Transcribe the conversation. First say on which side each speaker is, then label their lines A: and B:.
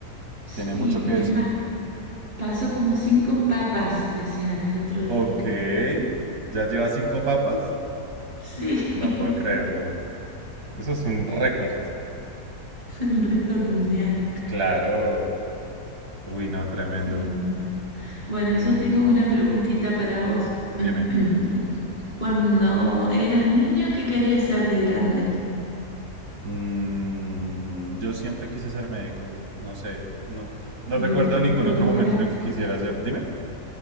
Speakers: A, on the right (about 30°); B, on the right (about 70°).
A: Sí,
B: Tiene mucho que
A: es
B: decir.
A: más, pasó como cinco papas, decían el otro día.
B: Ok, ¿ya lleva cinco papas?
A: Sí,
B: No
A: <laughs>
B: puedo creerlo. Eso es un récord.
A: un récord mundial.
B: Claro. Uy, no, tremendo.
A: Sí, bueno. Bueno,
B: Mm,
A: yo tengo una preguntita para vos.
B: dime.
A: <clears throat> Cuando eras niño, ¿qué querías ser de grande?
B: Mm, yo siempre quise ser médico. No sé. No, no
A: Y
B: recuerdo
A: lo,
B: ningún
A: lo
B: otro
A: lograste.
B: momento en el que quisiera ser. Dime.